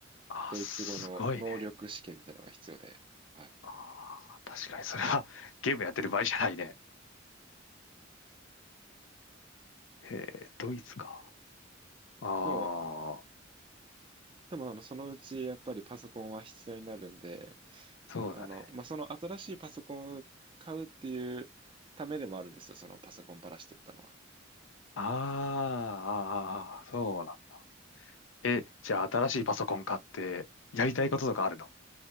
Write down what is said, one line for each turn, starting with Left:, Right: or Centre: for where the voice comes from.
Left: あ、
Right: ドイツ語の能力試験みたいなのが必要で、
Left: すごいね。
Right: はい。
Left: あー、確かにそれは <laughs> ゲームやってる場合じゃないね。へえ、ドイツか。あ
Right: でも、
Left: あ、
Right: でも、あの、そのうち、やっぱりパソコンは必要になるんで、
Left: そうだね。
Right: あの、まあ、その新しいパソコンを買うっていうためでもあるんですよ、そのパソコンパラしてったのは。
Left: あーあー、あーそうなん。え、じゃあ新しいパソコン買って、やりたいこととかあるの